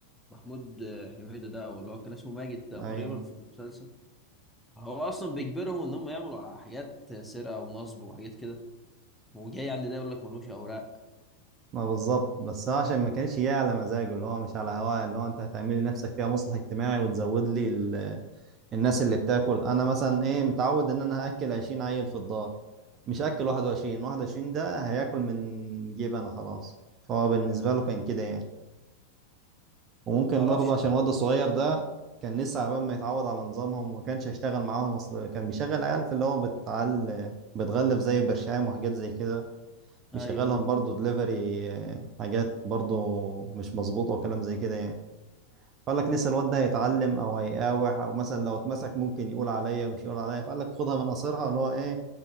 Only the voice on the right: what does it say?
أيوه
ما بالظبط بس هو عشان ما كانش جاي على مزاجه اللي هو مش على هواه اللي هو انت هتعمل لي نفسك فيها مصلح اجتماعي وتزود لي ال... الناس اللي بتاكل انا مثلا ايه متعود ان انا هاكل 20 عيل في الدار مش هاكل 21 21 ده هياكل من جيب انا خلاص فهو بالنسبه له كان كده يعني وممكن
برضه عشان
الواد الصغير ده كان لسه على بال ما يتعود على نظامهم وما كانش هيشتغل معاهم اصل كان بيشغل عيال في اللي هو بتعل بتغلف زي برشام وحاجات زي كده بيشغلهم
برضه دليفري حاجات برضه مش مظبوطة وكلام زي كده يعني فقال لك لسه الواد ده هيتعلم او هيقاوح او مثلا لو اتمسك ممكن يقول عليا ومش يقول عليا فقال لك خدها من قصرها اللي هو ايه